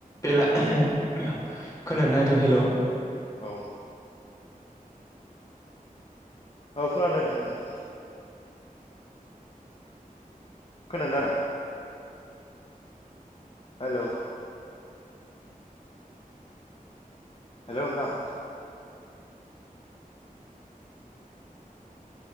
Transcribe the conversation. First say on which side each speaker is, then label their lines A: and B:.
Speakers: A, on the left; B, on the left.
A: बेला खोनानो नायथाव हेलौ।
B: औ औ खोनादों खोनादों। खोनादों द आं <unintelligible> हेलौ हेलौ नोंथां।